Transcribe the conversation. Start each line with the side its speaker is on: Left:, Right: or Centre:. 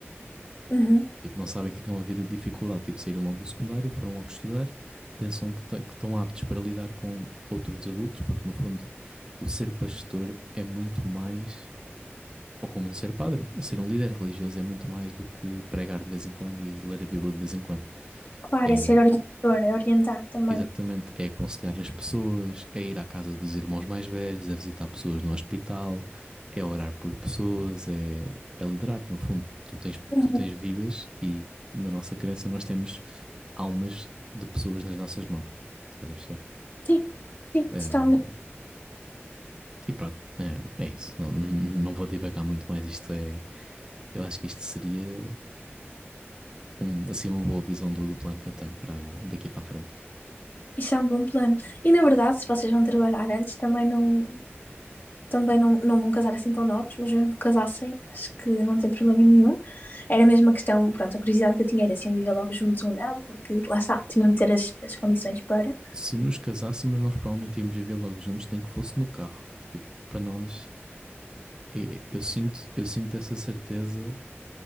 Left: uhum.
Right: Tipo, não sabem o que é que é uma vida de dificuldade. Tipo, saíram logo do secundário, foram logo estudar, pensam que ta- que estão aptos para lidar com outros adultos, porque no fundo o ser pastor é muito mais, ou como um ser padre, o ser um líder religioso é muito mais do que pregar de vez em quando e ler a Bíblia de vez em quando.
Left: Claro,
Right: É
Left: é ser orientador, é orientar também.
Right: exatamente, é aconselhar as pessoas, é ir à casa dos irmãos mais velhos, é visitar pessoas no hospital, é orar por pessoas, é, é liderar, no fundo. Tu tens,
Left: Uhum.
Right: tu tens vidas e na nossa crença nós temos almas de pessoas nas nossas mãos. Estás a perceber?
Left: Sim, sim,
Right: Eh,
Left: totalmente.
Right: e pronto, eh, é isso. Não, não vou divagar muito mais. Isto é, eu acho que isto seria um, assim, uma boa visão do, do plano que eu tenho para daqui para a frente.
Left: Isso é um bom plano. E na verdade, se vocês vão trabalhar antes, também não. também não, não vão casar assim tão novos, mas mesmo que casassem, acho que não tem problema nenhum. Era mesmo a questão, pronto, a curiosidade que eu tinha era se iam viver logo juntos ou não, porque lá está, tinham de ter as, as condições para.
Right: Se nos casássemos, nós provavelmente íamos viver logo juntos, nem que fosse no carro. Tipo, para nós, eu, eu sinto, eu sinto essa certeza